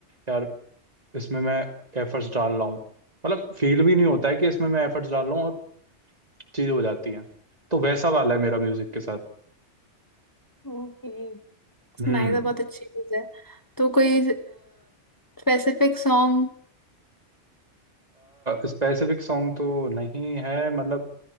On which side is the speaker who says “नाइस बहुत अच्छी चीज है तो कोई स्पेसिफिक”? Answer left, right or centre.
Left